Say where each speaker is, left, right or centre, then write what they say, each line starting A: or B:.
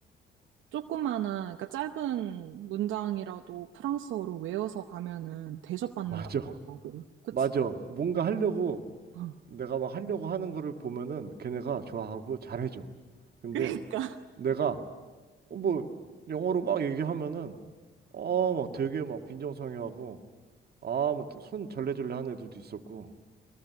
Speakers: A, on the right (about 80°); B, on the right (about 50°).
A: 조그마한, 그러니까 짧은 문장이라도 프랑스어로 외워서 가면은 음. 대접받는다고
B: 맞아,
A: 하더라고.
B: <laughs>
A: 그치?
B: 맞아. 뭔가 하려고,
A: 어.
B: 내가 막 하려고 하는 거를 보면은 걔네가 좋아하고 잘해줘. 근데
A: <laughs> 그러니까.
B: 내가 어, 뭐 영어로 막 얘기하면은 어막 되게 막 빈정상해하고 아막손 절레절레 하는 애들도 있었고